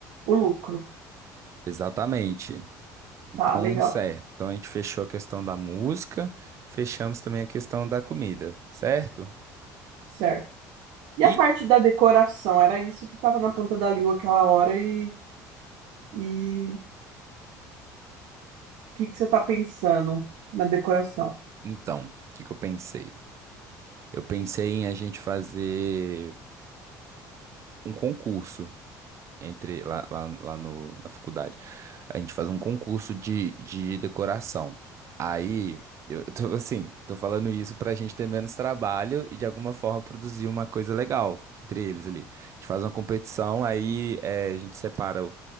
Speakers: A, on the right (about 75°); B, on the right (about 40°).
A: o lucro.
B: exatamente. Então,
A: Tá, legal,
B: certo. Então a gente fechou a questão da música, fechamos também a questão da comida, certo?
A: certo. E
B: E
A: a parte da decoração? Era isso que estava na ponta da língua aquela hora e, e o que que você está pensando na decoração?
B: então, o que que eu pensei? Eu pensei em a gente fazer um concurso. entre lá, lá, lá no, na faculdade. A gente faz um concurso de, de decoração. Aí, eu tô <laughs> assim, tô falando isso pra gente ter menos trabalho e de alguma forma produzir uma coisa legal entre eles ali. A gente faz uma competição, aí eh, a gente separa o,